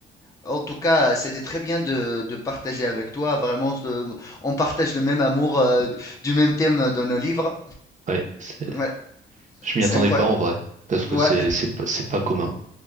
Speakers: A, on the left (about 15°); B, on the right (about 40°).
A: en tout cas, euh, c'était très bien de, de partager avec toi. Vraiment, ce- on partage le même amour euh, du même thème dans nos livres.
B: Ouais, c'est-
A: Ouais,
B: je m'y
A: c'est
B: attendais
A: incroyable.
B: pas en vrai, parce que
A: Ouais,
B: c'est c'est pas c'est pas commun.